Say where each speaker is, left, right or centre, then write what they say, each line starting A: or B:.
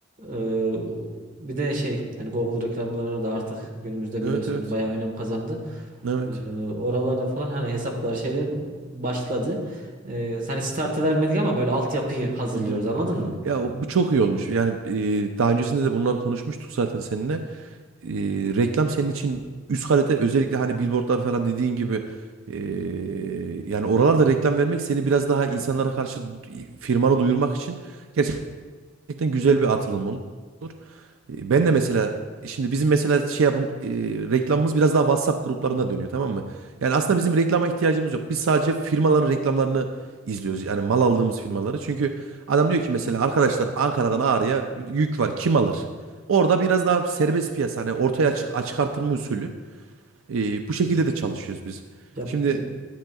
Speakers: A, on the right; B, on the right.
A: e, bir de şey hani Google reklamlarını da artık günümüzde
B: Evet
A: biliyorsun
B: evet.
A: bayağı önem kazandı.
B: Evet.
A: Ee, oralarda falan hani hesaplar şeyler başladı. Ee, hani startı vermedik ama böyle altyapıyı hazırlıyoruz
B: Hı hı.
A: anladın mı?
B: Ya o- bu çok iyi olmuş. Yani e, daha öncesinde de bunlar konuşmuştuk zaten seninle. e, reklam senin için üst kalite özellikle hani billboardlar falan dediğin gibi e, yani oralarda reklam vermek seni biraz daha insanlara karşı du- firmanı duyurmak için gerçekten güzel bir atılım olur. E, Ben de mesela şimdi bizim mesela şey yapım e, reklamımız biraz daha WhatsApp gruplarına dönüyor tamam mı? Yani aslında bizim reklama ihtiyacımız yok. Biz sadece firmaların reklamlarını izliyoruz. Yani mal aldığımız firmaları. Çünkü adam diyor ki mesela arkadaşlar Ankara'dan Ağrı'ya yük var kim alır? Orada biraz daha serbest piyasa hani ortaya açık açık artırma usulü. E, bu şekilde de çalışıyoruz biz.
A: Ya
B: Şimdi
A: biz,